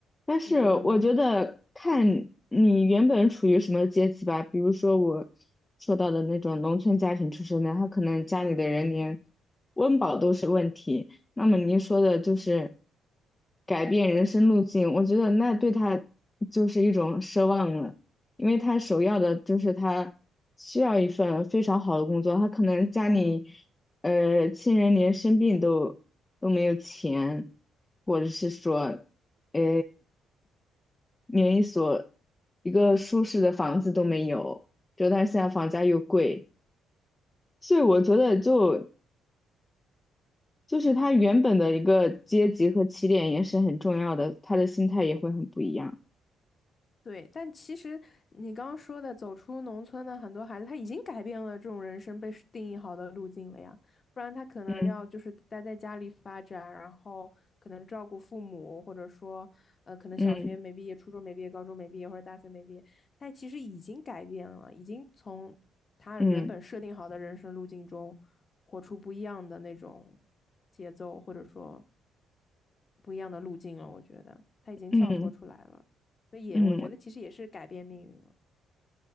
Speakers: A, on the left (about 20°); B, on the left (about 40°).
A: 但是我觉得看你原本处于什么阶级吧，
B: 你觉得呢？
A: 比如说我说到的那种农村家庭出身的，他可能家里的人连温饱都是问题。那么您说的就是改变人生路径，我觉得那对他就是一种奢望了，因为他首要的就是他需要一份非常好的工作，他可能家里呃亲人连生病都都没有钱。或者是说呃，连一所一个舒适的房子都没有，就但是现在房价又贵，所以我觉得就就是他原本的一个阶级和起点也是很重要的，他的心态也会很不一样。
B: 对，但其实你刚刚说的走出农村的很多孩子，他已经改变了这种人生被是定义好的路径了呀，不然他可能要就是待在家里发展，
A: 嗯
B: 然后可能照顾父母，或者说，呃，可能小学没毕业、
A: 嗯
B: 初中没毕业、高中没毕业或者大学没毕业，他其实已经改变了，已经从他原本设定好的人生路径中活出不一样的那种
A: 嗯
B: 节奏，或者说不一样的路径了。我觉得他已经跳脱出来了。
A: 嗯
B: 所以也我觉得其实也是改变命运了。
A: 嗯